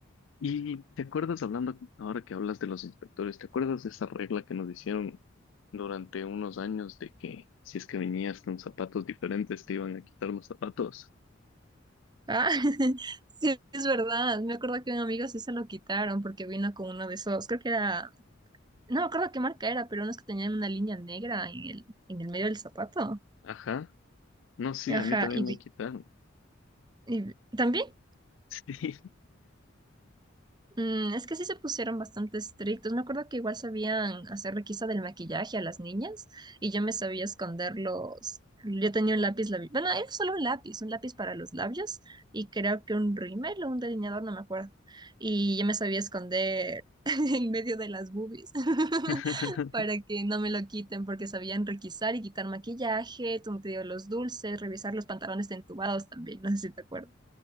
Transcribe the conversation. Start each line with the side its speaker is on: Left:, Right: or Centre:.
Left: Y te acuerdas hablando, ahora que hablas de los inspectores, ¿te acuerdas de esa regla que nos hicieron durante unos años de que si es que venías con zapatos diferentes te iban a quitar los zapatos?
Right: Ah, <laughs> sí, es verdad. Me acuerdo que un amigo sí se lo quitaron porque vino con uno de esos, creo que era, no me acuerdo qué marca era, pero unos que tenían una línea negra en el, en el medio del zapato.
Left: Ajá. No, sí,
Right: Ajá,
Left: a mí también
Right: y, vi-
Left: me quitaron. <laughs>
Right: y vi- también
Left: Sí.
Right: Mm, es que sí se pusieron bastante estrictos. Me acuerdo que igual sabían hacer requisa del maquillaje a las niñas y yo me sabía esconder los... Yo tenía un lápiz labial. Bueno, era solo un lápiz, un lápiz para los labios y creo que un rímel o un delineador, no me acuerdo. Y yo me sabía esconder <laughs> en medio de las boobies <laughs>
Left: <laughs>
Right: para que no me lo quiten porque sabían requisar y quitar maquillaje, tú te digo, los dulces, revisar los pantalones de entubados también, <laughs> no sé si te acuerdas.